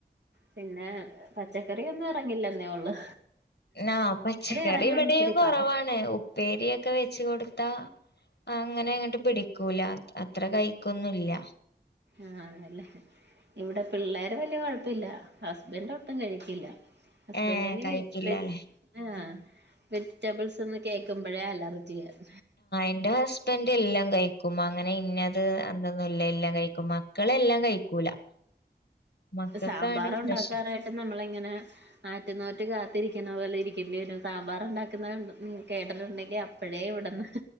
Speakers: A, on the right (about 80°); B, on the left (about 75°).
A: പിന്നെ പച്ചക്കറിയൊന്നും ഇറങ്ങില്ലെന്നേ ഉള്ളു.
B: ആ പച്ചക്കറി
A: ഇറങ്ങാൻ
B: ഇവിടെയും
A: ഇച്ചിരി
B: കുറവാണ്
A: പാടാ
B: ഉപ്പേരിയൊക്കെ വെച് കൊടുത്താ. അങ്ങനെ അങ്ങിട്ട് പിടിക്കൂല അത്ര കഴിക്കൊന്നുംല്ല.
A: ആഹ അതല്ലേ. ഇവിടെ പിള്ളേര് വല്യ കുഴപ്പല്ല ഹസ്ബൻഡ് ഒട്ടും കഴികില്ല. ഹസ്ബൻന്
B: ഏ കഴിക്കില്ലല്ലേ
A: വെജി ആ വെജിറ്റബിൾസ് ന്ന് കേൾക്കുമ്പഴേ അലർജിയ. <inaudible>
B: ഇന്റെ ഹസ്ബന്റ് എല്ലാം കഴിക്കും അങ്ങനെ ഇന്നത് എന്തൊന്നുല്ലെ എല്ലാ കഴിക്കുമ ക്കളെല്ലാം കഴിക്കൂല മക്കൾക്കാണ്
A: സാമ്പാറ് ഉണ്ടാക്കാനായിട്ട്
B: പ്രശ്നം
A: നമ്മള്ങ്ങനെ ആറ്റ്നോറ്റ് കാത്തിരിക്കുന്നപോലെ ഇരിക്കണ്ടിവെരും സാമ്പാറ് ഉണ്ടാക്കുന്നെ കേട്ട്ട്ടുണ്ടെങ്കിൽ അപ്പഴേ ഇവ്ട്ന്ന്